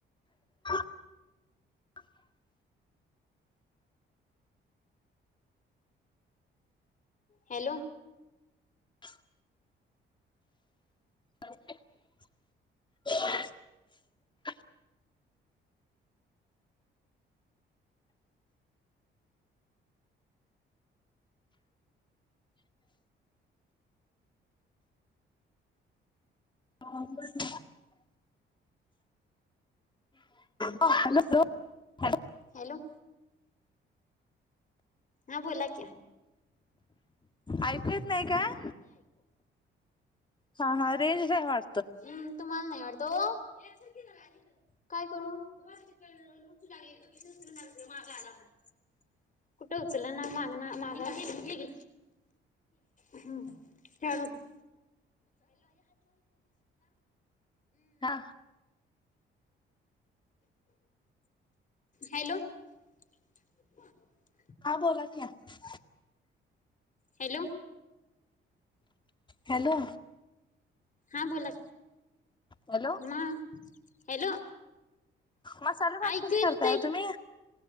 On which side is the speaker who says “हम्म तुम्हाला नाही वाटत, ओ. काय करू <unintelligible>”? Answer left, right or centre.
Left